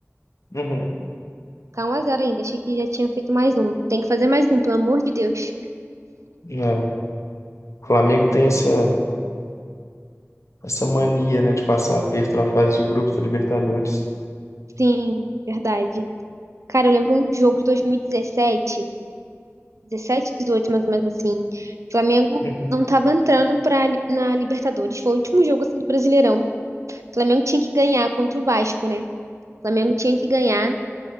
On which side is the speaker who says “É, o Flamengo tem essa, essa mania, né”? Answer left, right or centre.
Left